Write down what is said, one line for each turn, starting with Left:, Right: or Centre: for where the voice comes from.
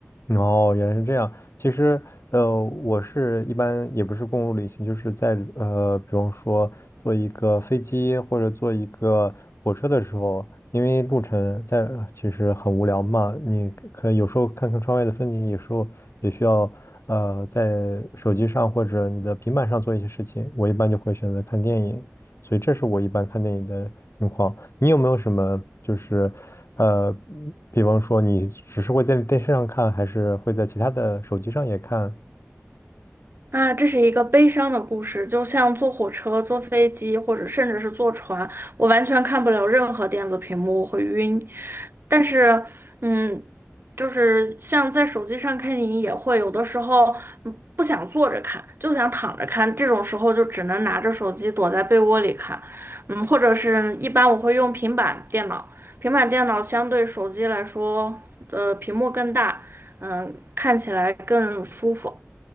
Left: 哦，原来是这样。其实，呃，我是一般也不是公路旅行，就是在呃，比方说坐一个飞机或者坐一个火车的时候，因为路程在其实很无聊嘛，你可以有时候看看窗外的风景，有时候也需要呃在手机上或者你的平板上做一些事情。我一般就会选择看电影。所以这是我一般看电影的情况。你有没有什么就是，呃，比方说你只是会在电视上看，还是会在其他的手机上也看？
Right: 啊，这是一个悲伤的故事，就像坐火车、坐飞机，或者甚至是坐船，我完全看不了任何电子屏幕，我会晕。但是，嗯，就是像在手机上看电影也会，有的时候嗯不想坐着看，就想躺着看，这种时候就只能拿着手机躲在被窝里看，嗯，或者是一般我会用平板电脑，平板电脑相对手机来说，呃，屏幕更大，嗯，看起来更舒服。